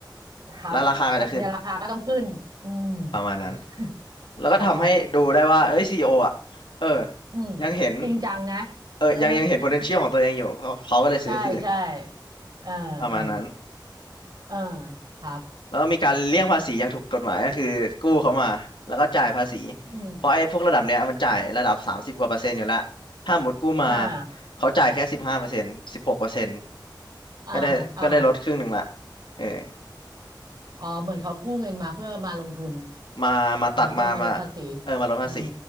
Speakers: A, on the right (about 55°); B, on the left (about 90°).
A: ครับก็เนี่ยราคาก็ต้องขึ้นอืม
B: แล้วราคาก็จะขึ้นประมาณนั้น
A: <laughs>
B: แล้วก็ทำให้ดูได้ว่าเอ้ยซีอีโออ่ะเออ
A: อ๋ออืม
B: ยังเห็น
A: จริงจังนะ
B: เออยังยังเห็น
A: เออ
B: potential ของตัวเองอยู่เขาเขาก็เลยซื้อคืน
A: ใช่ใช่เออเออ
B: ประมาณนั้น
A: เออครับ
B: แล้วก็มีการเลี่ยงภาษีอย่างถูกกฎหมายก็คือกู้เขามาแล้วก็จ่ายภาษี
A: อืม
B: เพราะไอ้พวกระดับเนี้ยมันจ่ายระดับสามสิบกว่าเปอร์เซ็นต์อยู่แล้วถ้าหมดกู้มา
A: อ่า
B: เขาจ่ายแค่สิบห้าเปอร์เซ็นต์สิบหกเปอร์เซ็นต์
A: อ่าอ่า
B: ก็ได้ก็ได้ลดครึ่งหนึ่งละเออ
A: อ๋อเหมือนเขากู้เงินมาเพื่อมาลงทุน
B: มามาตัดมามา
A: อ่าเพื่อเอามาลดภาษี
B: เออมาลดภาษี
A: อืม